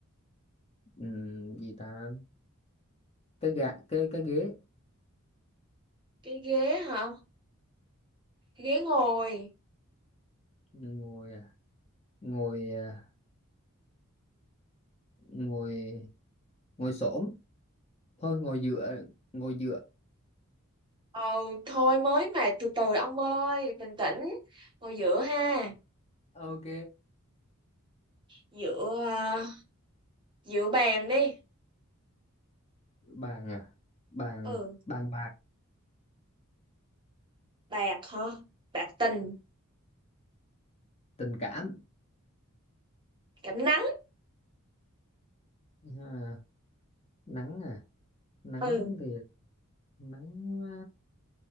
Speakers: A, on the left; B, on the right.
A: ừm, gì ta cái gạ cái cái ghế
B: Cái ghế hả? Cái ghế ngồi.
A: ngồi à, ngồi à, ngồi ngồi xổm thôi ngồi dựa ngồi dựa
B: Ồ, thôi mới mà từ từ ông ơi, bình tĩnh. Ngồi giữa ha.
A: ok
B: Giữa ờ, giữa bàn đi.
A: bàn à bàn
B: Ừ,
A: bàn bạc
B: bạc hả? Bạc tình,
A: tình cảm
B: cảm nắng.
A: à, nắng à nắng
B: Ừ,
A: thì nắng à,